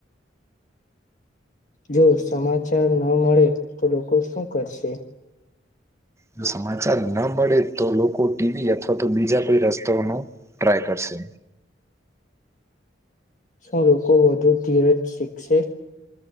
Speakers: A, on the left; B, on the right.
A: જો સમાચાર ન મળે તો લોકો શું કરશે
B: જો સમાચાર ના મળે તો લોકો ટીવી અથવા તો બીજા કોઈ રસ્તાઓનો ટ્રાય કરશે
A: શું લોકો વધુ ધીરજ શીખશે